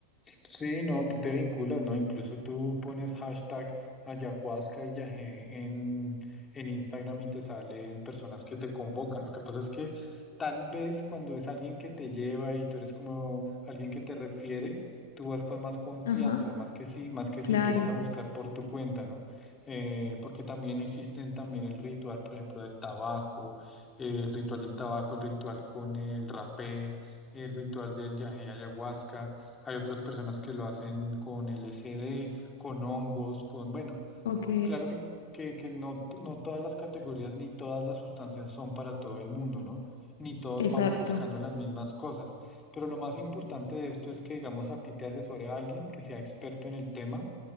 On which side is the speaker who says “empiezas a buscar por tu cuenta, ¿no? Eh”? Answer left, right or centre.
Left